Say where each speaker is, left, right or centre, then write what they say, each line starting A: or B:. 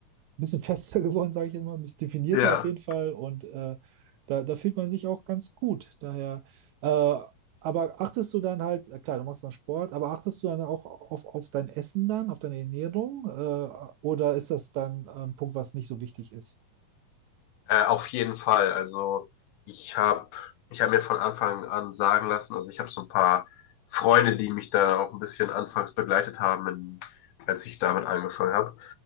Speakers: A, on the right (about 80°); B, on the left (about 80°).
A: ein bisschen fester <laughs> geworden, sage ich jetzt mal, ein bisschen definierter
B: ja.
A: auf jeden Fall. Und äh, da, da fühlt man sich auch ganz gut. Daher, äh, aber achtest du dann halt, äh, klar, du machst dann Sport, aber achtest du dann auch auf, auf dein Essen dann, auf deine Ernährung? Äh, oder ist das dann ein Punkt, was nicht so wichtig ist?
B: Äh, auf jeden Fall. Also ich habe ich hab mir von Anfang an sagen lassen, also ich habe so ein paar Freunde, die mich da auch ein bisschen anfangs begleitet haben, in, als ich damit angefangen habe.